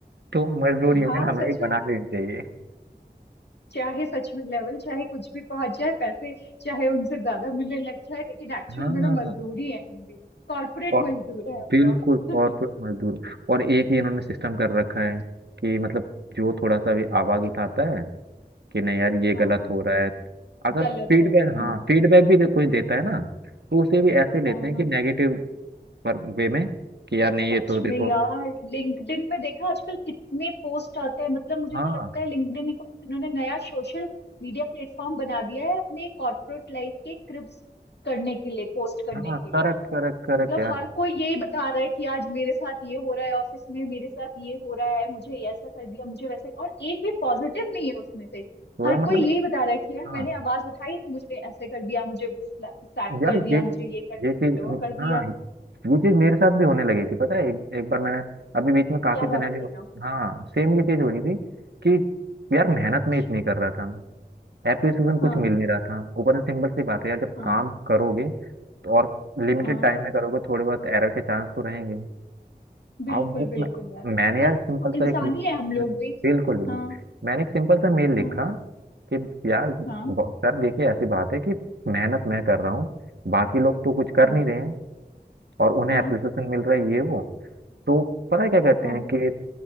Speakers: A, on the right; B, on the left.
A: तो मजदूर यूनियन
B: हाँ
A: हमें
B: सच
A: भी बना
B: में
A: लेनी चाहिए
B: चाहे सच में लेवल चाहे कुछ भी पहुंच जाए पैसे चाहे उनसे ज्यादा मिलने लग जाए लेकिन एक्चुअल
A: हाँ
B: में तो मजदूरी है हम भी कॉर्पोरेट
A: और
B: मजदूर है हम
A: बिल्कुल
B: लोग <laughs>
A: कॉर्पोरेट मजदूर और एक ही इन्होंने सिस्टम कर रखा है कि मतलब जो थोड़ा सा भी आवाज उठाता है कि नहीं यार ये
B: हाँ
A: गलत हो रहा है अगर
B: गलत
A: फीडबैक
B: है हम्म,
A: हाँ फीडबैक भी दे- कोई देता है ना तो उसे भी ऐसे लेते
B: हाँ
A: हैं
B: हाँ
A: कि नेगेटिव पर वे में कि यार नहीं
B: सच
A: ये तो देखो
B: में यार लिंक्डइन में देखा आजकल कितने पोस्ट आते हैं मतलब मुझे
A: हाँ
B: तो लगता है लिंक्डइन एक इन्होंने नया सोशल मीडिया प्लेटफॉर्म बना दिया है अपने कॉर्पोरेट लाइफ के क्रिप्स करने के लिए पोस्ट करने
A: हाँ
B: के लिए
A: करेक्ट करेक्ट करेक्ट
B: मतलब
A: यार
B: हर कोई यही बता रहा है कि आज मेरे साथ ये हो रहा है ऑफिस में मेरे साथ ये हो रहा है मुझे ये ऐसा कर दिया मुझे वैसा और एक भी पॉजिटिव नहीं है उसमें से
A: तो
B: हर
A: यार मतलब
B: कोई यही
A: एक-
B: बता रहा है कि यार
A: हाँ
B: मैंने आवाज उठाई तो मुझे ऐसे कर दिया मुझे स्लैप
A: यार
B: कर दिया
A: ये
B: मुझे ये कर दिया
A: ये चीज
B: मुझे वो कर दिया
A: हाँ ये चीज मेरे साथ भी होने लगी थी पता है एक, एक बार मैंने अभी बीच में काफी
B: क्या
A: सिनेरियो
B: बात कर रहे हो
A: हाँ सेम ये चीज हो रही थी कि यार मेहनत
B: अच्छा,
A: में इतनी कर रहा था एप्रिसिएशन कुछ
B: हाँ
A: मिल नहीं रहा था ऊपर से सिंपल सी बात है यार जब
B: हाँ
A: काम करोगे तो और लिमिटेड
B: हाँ
A: टाइम में करोगे थोड़े बहुत एरर के चांस तो रहेंगे
B: बिल्कुल
A: अब वो
B: बिल्कुल
A: मैं,
B: यार
A: मैंने यार
B: मतलब
A: सिंपल
B: हाँ,
A: सा
B: इंसान
A: एक हम्म,
B: ही है हम लोग भी
A: बिल्कुल बिल्कुल
B: हाँ
A: मैंने एक सिंपल सा मेल लिखा
B: हाँ
A: कि यार
B: हाँ
A: ब- सर देखिए ऐसी बात है कि मेहनत मैं कर रहा हूँ बाकी लोग तो कुछ कर
B: हम्म,
A: नहीं रहे हैं और उन्हें
B: हाँ
A: एप्रिसिएशन मिल रहा है ये वो तो पता है क्या कहते
B: हाँ
A: हैं कि